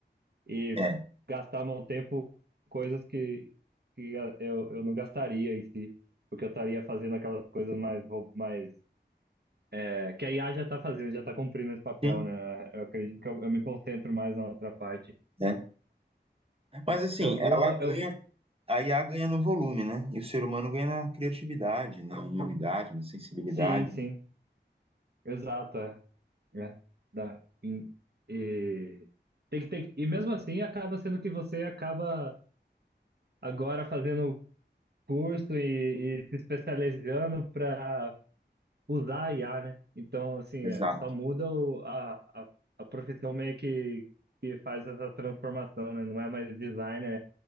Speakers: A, on the right; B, on the right.
A: e
B: É.
A: gastar meu tempo em coisas que, que a- eu, eu não gastaria em si, porque eu estaria fazendo aquelas coisas mais, rou- mais é, que a IA já tá fazendo, já tá cumprindo esse papel,
B: sim.
A: né? Eu acredito que eu, eu me concentro mais na outra parte.
B: né? Mas assim,
A: Eu vou,
B: ela ganha,
A: eu,
B: a IA ganha no volume, né? E o ser humano ganha na criatividade, na humanidade, na sensibilidade.
A: sim, sim, exato. é. É, dá, em- e, tem que, tem, que- e mesmo assim acaba sendo que você acaba agora fazendo curso e, e se especializando para usar a IA, né? Então, assim,
B: Exato.
A: é, só muda o, a, a, a profissão meio que, que faz essa transformação, né? Não é mais designer,